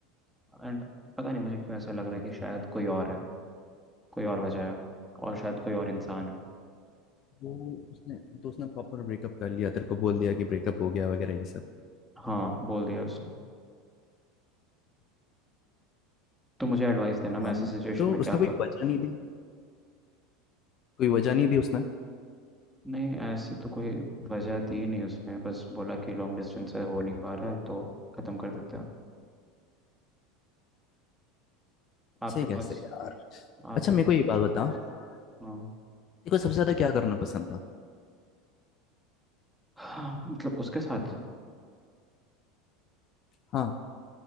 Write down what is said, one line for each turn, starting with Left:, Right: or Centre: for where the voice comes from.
Centre: है एंड पता नहीं मुझे क्यों ऐसा लग रहा है
Left: ओके
Centre: कि शायद कोई और है कोई और वजह है और शायद कोई और इंसान है
Left: वो उसने दोस्त ने प्रॉपर ब्रेकअप कर लिया तेरे को बोल दिया कि ब्रेकअप हो गया वगैरह ये सब
Centre: हाँ बोल दिया उसने तो मुझे एडवाइस देना मैं
Left: हम
Centre: ऐसे सिचुएशन
Left: तो
Centre: में क्या
Left: उसने कोई
Centre: करूँ
Left: वजह नहीं दी कोई वजह नहीं दी उसने
Centre: नहीं ऐसे तो कोई वजह दी नहीं उसने बस बोला कि लॉन्ग डिस्टेंस से हो नहीं पा रहा है तो ख़त्म कर देते हैं आपके
Left: ऐसे ही कैसे
Centre: पास
Left: यार
Centre: आप
Left: अच्छा
Centre: या
Left: मेरे को ये
Centre: कुछ
Left: बात बता देखो
Centre: हाँ
Left: सबसे ज्यादा क्या करना पसंद था
Centre: हाँ मतलब उसके साथ
Left: हाँ